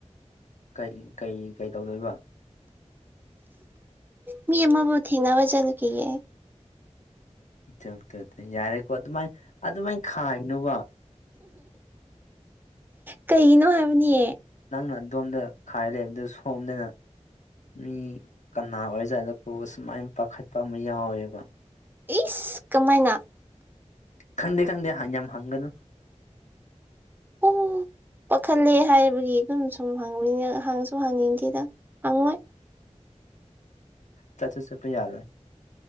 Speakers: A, on the left; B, on the right.
A: ꯀꯩ ꯀꯩ ꯀꯩ ꯇꯧꯗꯣꯏꯕ꯫
B: ꯃꯤ ꯑꯃꯕꯨ ꯊꯦꯡꯅꯕ ꯆꯠꯂꯨꯈꯤꯒꯦ꯫
A: ꯇꯧ ꯇꯧ ꯇ ꯌꯥꯔꯦꯀꯣ ꯑꯗꯨꯃꯥꯏ ꯑꯗꯨꯃꯥꯏꯟ ꯈꯥꯏꯅꯨꯕ꯫
B: ꯀꯩꯒꯤꯅꯣ ꯍꯥꯏꯕꯅꯤ꯫
A: ꯅꯪꯅ ꯑꯗꯣꯝꯗ ꯈꯥꯏꯔ ꯂꯩꯕꯗꯨ ꯁꯣꯝꯗꯅ꯫ ꯃꯤ ꯀꯅꯥ ꯑꯣꯏꯖꯔꯥꯠꯂꯀꯣ ꯁꯨꯃꯥꯏ ꯄꯥꯈꯠꯄ ꯑꯃ ꯌꯥꯎꯋꯦꯕ꯫
B: ꯏꯁ ꯀꯃꯥꯏꯅ꯫
A: ꯈꯪꯗꯦ ꯈꯪꯗꯦ ꯍꯡ ꯌꯥꯝ ꯍꯪꯒꯅꯨ꯫
B: ꯑꯣ ꯄꯥꯈꯠꯂꯦ ꯍꯥꯏꯕꯒꯤ ꯗꯨꯝ ꯁꯨꯝ ꯍꯪꯕꯅꯤꯅ ꯍꯪꯁꯨ ꯍꯪꯅꯤꯡꯗꯦꯗ ꯍꯪꯉꯣꯏ꯫
A: ꯆꯠꯁꯨ ꯆꯠꯄ ꯌꯥꯔꯣꯏ꯫